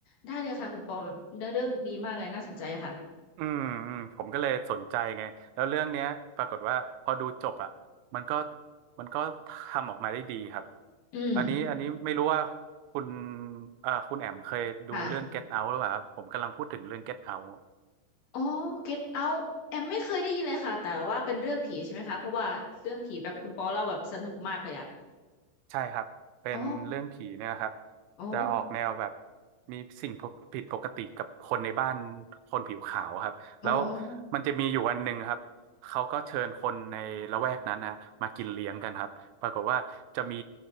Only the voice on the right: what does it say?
<laughs> อืมอืมผมก็เลยสนใจไงแล้วเรื่องเนี้ยปรากฏว่าพอดูจบอ่ะมันก็มันก็ทำออกมาได้ดีครับ
อันนี้อันนี้ไม่รู้ว่าคุณเอ่อคุณแอมเคยดูเรื่อง
Get Out หรือเปล่าครับผมกำลังพูดถึงเรื่อง Get Out
ใช่ครับเป็นเรื่องผีเนี่ยครับ
จะออกแนวแบบมีสิ่งผิดปกติกับคนในบ้านคนผิวขาวครับแล้ว
มันจะมีอยู่วันหนึ่งครับเขาก็เชิญคนในละแวกนั้นนะมากินเลี้ยงกันครับปรากฏว่าจะมี